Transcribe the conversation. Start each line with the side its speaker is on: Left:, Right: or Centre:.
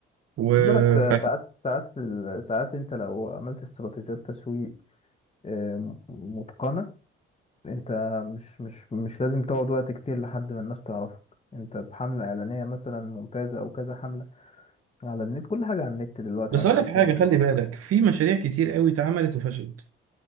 Right: و...
Left: خد بالك آه،
Right: ف...
Left: ساعات ساعات ال- ساعات انت لو عملت استراتيجيات تسويق آه، م- متقنة انت مش مش مش لازم تقعد وقت كتير لحد ما الناس تعرفك انت بحملة اعلانية مثلا ممتازة او كذا حملة على النت كل حاجة على النت دلوقتي
Right: بس
Left: على السوشيال
Right: أقول لك حاجة
Left: ميديا
Right: خلي بالك في مشاريع كتير قوي اتعملت وفشلت